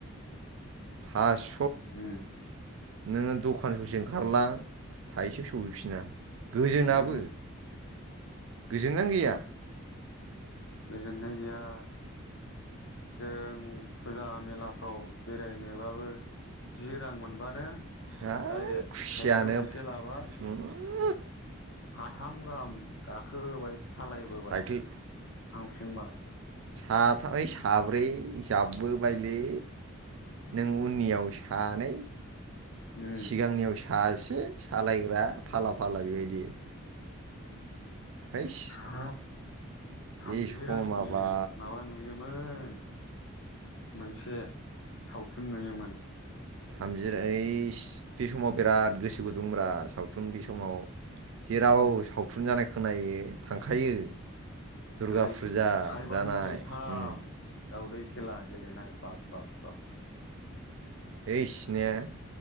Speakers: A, on the right (about 65°); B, on the left (about 60°).
A: फास
B: उम
A: नोङो दखान ससे ओंखारलां थाइसेबो सफैफिना गोजोनाबो
B: उमहो
A: गोजोननायानो गैया
B: गोजोननाय गैया जों फुजा मेलाफ्राव बेरायनोबाबो जि रां मोनबानो
A: ओइ
B: डाइरेक्ट
A: खुसियानो
B: साइकेल गंसे
A: उम,
B: लाबाय साथाम गाहाम गाखो होबाय सालायबोबाय
A: साइकेल
B: थांफिनबाय
A: साथामै यै साब्रै जाबबोबाय लै नों उननियाव सानै
B: उम
A: सिगांनियाव सासे सालायग्रा फाला फाला बेबायदि हैस
B: हाब थामजि
A: बे समा
B: रांनि नो
A: बा
B: माबा नुयोमोन। मोनसे सावथुन नुयोमोन।
A: थामजिर यैस बे समाव बिराद गोसो गुदुंब्रा सावथुन बे समाव। जेराव
B: उम
A: सावथुन जानायख खोनायो थांखायो। दुर्गा
B: थाइज
A: फुजा
B: थायबानि
A: जानाय
B: दैथाम
A: उम
B: दावदै खेला गेलेनाय बाब-बाब-बाब
A: है सिनाया